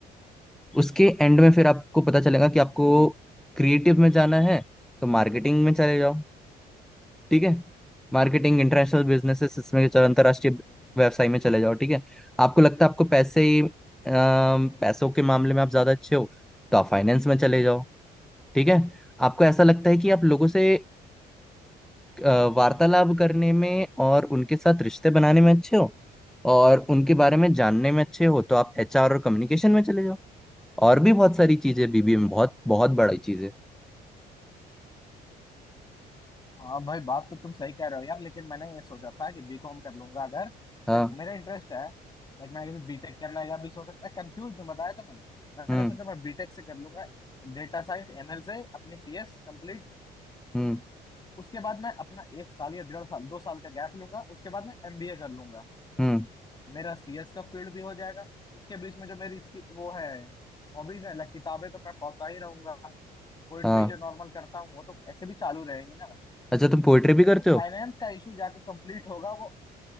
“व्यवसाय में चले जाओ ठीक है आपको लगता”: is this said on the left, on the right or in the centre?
Centre